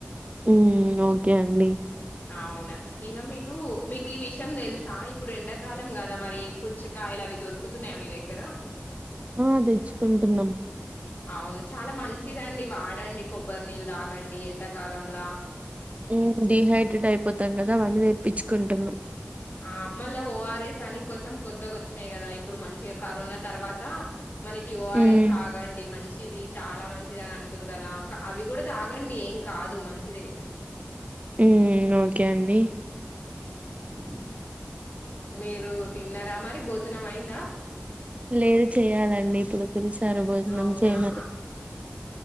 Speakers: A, on the right; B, on the left.
A: ఉమ్ ఓకే అండి.
B: అవునా ఇంకా మీకు మీకు ఈ విషయం తెలుసా ఇప్పుడు ఎండాకాలం కదా మరి పుచ్చకాయలు అవి దొరుకుతున్నాయా మీ దగ్గర.
A: ఆహ్ తెచ్చుకుంటున్నాం.
B: అవును చాలా మంచిదండి వాడండి. కొబ్బరి నీళ్ళు తాగండి ఎండాకాలంలా
A: ఉమ్ డిహైడ్రేట్ అయిపోతాం కదా మల్లి. తెప్పించుకుంటున్నాం.
B: ఆహ్ మళ్ళా ఓఆర్ఎస్ అని కొంచెం కొత్తగా వచ్చినయి కదా. ఇప్పుడు మంచిగా కరోనా తర్వాత. మనకి ఓఆర్ఎస్
A: ఉమ్
B: తాగండి మంచి. మంచిది చాలా మంచిది అని అంటుంరు కదా అవి కూడా తాగండి. ఏం కాదు మంచిదే.
A: ఉమ్ ఓకే అండి.
B: అఓకే మీరు తిన్నర మరి భోజనం అయిందా.
A: లేదు చెయలండి ఇప్పుడు. మనసార భోజనం
B: అవునా
A: చేయమని.
B: ఆ,